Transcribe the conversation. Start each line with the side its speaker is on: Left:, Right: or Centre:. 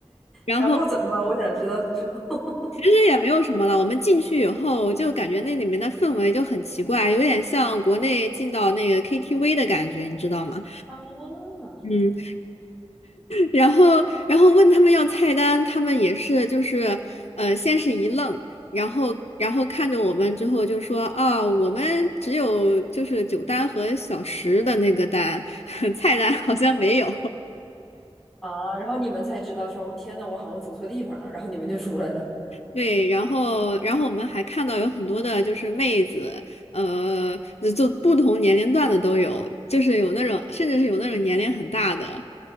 Left: 然后
Centre: 然后怎么了？我想知道之后。<laughs>
Left: 其实也没有什么了。我们进去以后，就感觉那里面的氛围就很奇怪，有点像国内进到那个 KTV 的感觉，你知道吗？
Centre: 啊
Left: 嗯。然后，然后问他们要菜单，他们也是就是，呃，先是一愣，然后，然后看着我们之后就说，啊，我们只有就是酒单和小食的那个单，<laughs> 菜单好像没有。
Centre: 啊！然后你们才知道说，我天呐，我好像走错地方了，然后你们就出来了。
Left: 对，然后，然后我们还看到有很多的就是妹子，呃，就不同年龄段的都有，就是有那种，甚至是有那种年龄很大的。